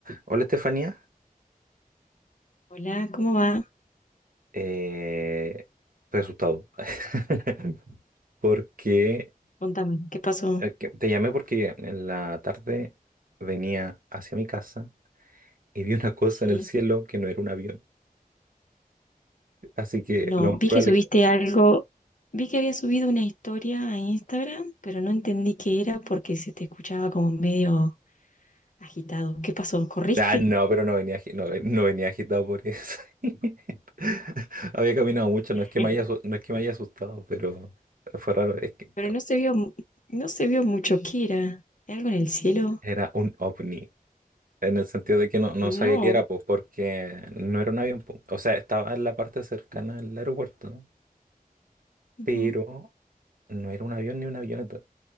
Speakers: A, on the right; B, on the left.
A: Hola Estefanía,
B: Hola, ¿cómo va?
A: Eh, estoy asustado <laughs> porque
B: Contame, ¿qué pasó?
A: eh, que- te llamé porque en la tarde venía hacia mi casa y vi una cosa
B: Sí,
A: en el cielo que no era un avión, así que
B: no,
A: lo más
B: vi
A: probable...
B: que subiste algo, vi que había subido una historia a Instagram, pero no entendí qué era porque se te escuchaba como medio agitado. ¿Qué pasó? ¿Corriste?
A: Ah, no, pero no venía, agi- no, ven- no venía agitado por eso. <laughs> Había caminado mucho, no es que
B: <laughs>
A: me haya, asu- no es que me haya asustado, pero fue raro, es que
B: Pero no se vio, mu- no se vio mucho qué era. ¿Algo en el cielo?
A: era un ovni. En el sentido de que no, no
B: No.
A: sabía qué era, pues, porque no era un avión, pues. O sea, estaba en la parte cercana al aeropuerto, ¿no?
B: Ujú.
A: pero no era un avión ni una avioneta.